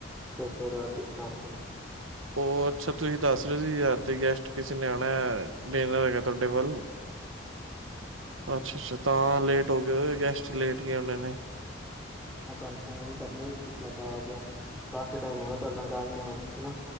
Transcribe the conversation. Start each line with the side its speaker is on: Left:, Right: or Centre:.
Centre: ਤੇ ਫੇਿਰ ਇਸ ਕਰਕੇ।
Right: ਉਹ ਅੱਛਾ ਤੁਸੀਂ ਦੱਸ ਰਹੇ ਸੀ ਯਾਰਤੀ ਗੈਸਟ ਕਿਸੇ ਨਿਆਣਾ ਦੇਣਾ ਹੈਗਾ ਤੁਹਾਡੇ ਵੱਲ ਅੱਛਾ-ਅੱਛਾ। ਤਾਂ ਲੇਟ ਹੋ ਗਏ ਗੈਸਟ
Centre: ਮੈਂ
Right: ਲੇਟ
Centre: ਤੁਹਾਨੂੰ
Right: ਗਏ
Centre: ਫ
Right: ਹੋਣੇ ਨੇ।
Centre: ਮੈਂ ਤੁਹਾਨੂੰ ਫੋਨ ਕਰਨਾ ਕੀ ਤੁਹਾਡਾ ਆ ਗਿਆ, ਕਾਫੀ ਟਾਈਮ ਹੋਇਆ ਤੁਹਾਡੇ ਨਾਲ ਗੱਲ ਨਹੀਂ ਹੋ ਰਹੀਸੀ ਨਾ।